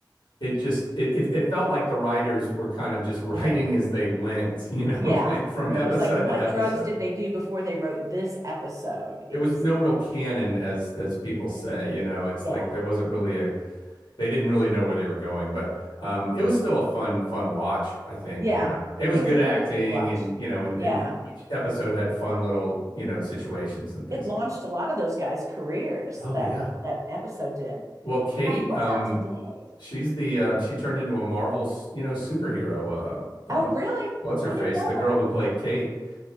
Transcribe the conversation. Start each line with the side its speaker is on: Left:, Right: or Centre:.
Left: it just it, it it felt like the writers were kind of just <laughs> writing as they went, you know,
Right: Yeah.
Left: <laughs> like from episode
Right: It was like, what
Left: to episode.
Right: drugs did they do before they wrote this episode?
Left: There
Right: Is
Left: was no real canon as as people say, you know, it's
Right: yeah.
Left: like there wasn't really a they didn't really know where they were going, but um, it was still a fun, fun watch, I think,
Right: Yeah.
Left: you know. It was
Right: It
Left: good
Right: was
Left: acting
Right: it was a good watch.
Left: and, you know, and,
Right: Yeah.
Left: and each episode had fun little, you know, situations and things
Right: It launched
Left: like that.
Right: a lot of those guys' careers
Left: Oh
Right: that
Left: yeah.
Right: that episode did.
Left: Well, Kate,
Right: Gosh, what's
Left: um,
Right: out today?
Left: she's the uh, she turned into a Marvel, you know, superhero. Uh, uh,
Right: Oh, really?
Left: what's her
Right: I
Left: face?
Right: didn't know
Left: The girl
Right: that.
Left: who played Kate.